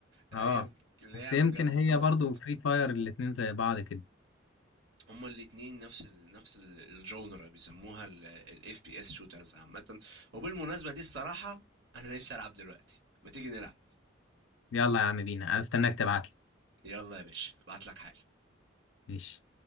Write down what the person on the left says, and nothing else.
اه
بس يمكن
هي
برضو فري فاير الاتنين زي بعض كده
يلا يا عم بينا انا استناك تبعتلي
ماشي